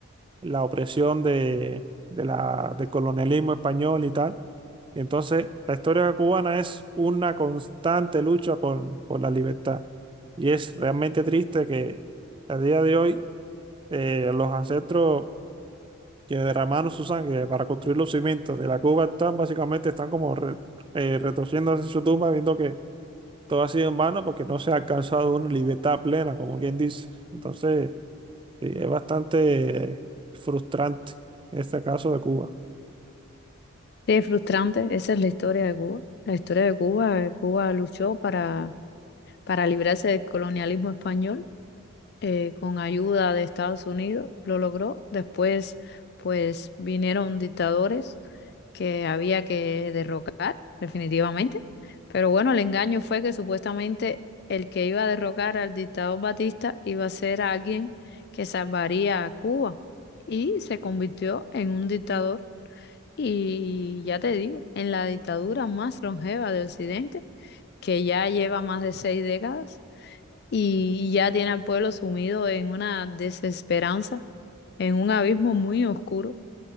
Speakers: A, on the right; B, on the left.
A: la opresión de, de la, del colonialismo español y tal. Y entonces la historia cubana es una constante lucha por, por la libertad. Y es realmente triste que a día de hoy eh, los ancestros que derramaron su sangre para construir los cimientos de la Cuba actual básicamente están como re- eh, retorciéndose en su tumba viendo que todo ha sido en vano porque no se ha alcanzado una libertad plena, como quien dice. Entonces... Sí, es bastante frustrante este caso de Cuba.
B: Sí, es frustrante, esa es la historia de Cuba. La historia de Cuba, eh, Cuba luchó para, para librarse del colonialismo español eh, con ayuda de Estados Unidos, lo logró. Después, pues vinieron dictadores que había que derrocar, definitivamente. Pero bueno, el engaño fue que supuestamente el que iba a derrocar al dictador Batista iba a ser alguien que salvaría a Cuba. Y se convirtió en un dictador y ya te digo, en la dictadura más longeva de Occidente, que ya lleva más de seis décadas y ya tiene al pueblo sumido en una desesperanza, en un abismo muy oscuro,